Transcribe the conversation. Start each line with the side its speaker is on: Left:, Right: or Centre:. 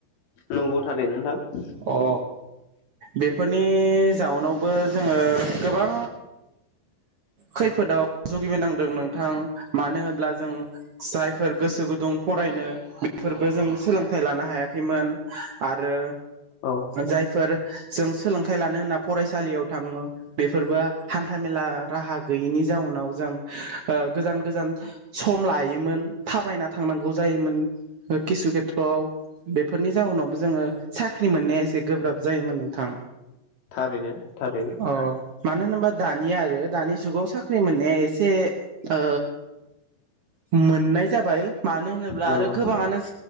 Left: नंगौ थारैनो नोंथां
Right: अ बेफोरनि जाउनावबो जोङो गोबां खैफोदाव जुगिबिनांदों नोंथां मानो होनब्ला जों जायफोर गोसो गुदुं फरायनो बेफोरबो जों सोलों थाइ लानो हायाखैमोन आरो
Left: औ
Right: जायफोर जों सोलोंथाइ लानो होनना फरायसालियाव थाङो बेफोरबा हान्थाामेला राहा गैयिनि जाउनाव जों ओ गोजान गोजान सम लायोमोन थाबायना थांनांगौ जायोमोन किसु खेथ्रआव बेफोरनि जाउनावबो जोङो साख्रि मोननाया इसे गोब्राब जायोमोन नोंथां।
Left: थारैनो। थारैनो
Right: अ मानो होनोबा दानिया आरो दानि जुगाव साख्रि मोननाया एसे ओ मोननाय जाबाय। मानो होनोब्ला
Left: नंगौ
Right: आरो गोबाङानो